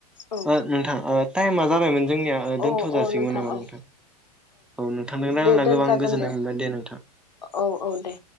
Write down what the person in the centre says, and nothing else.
ओ नोंथां ओ टाइमा जाबायमोन जोंनिया
दोनथ'
जासिगौमोन नामा
नोंथां औ नोंथांजों रायज्लायना
गोबां गोजोननाय मोनबाय दे नोंथां।